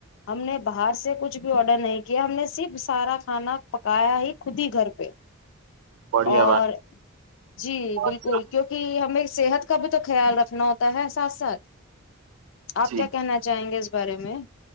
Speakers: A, on the left (about 60°); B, on the right (about 75°).
A: ہم نے باہر سے کچھ بھی آڈر نہیں کیا ہم نے صرف سارا کھانا پکایا ہی خود ہی گھر پہ
B: بڑھیا
A: <unintelligible>
B: بات ہے۔
A: صحت کب تک خیال رکھنا ہوتا ہے ساتھ ساتھ اپ
B: جی
A: کیا کہنا چاہیں گے اس بارے میں